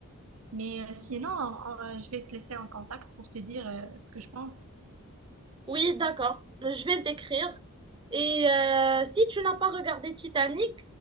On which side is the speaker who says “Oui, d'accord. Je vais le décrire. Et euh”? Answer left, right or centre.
Right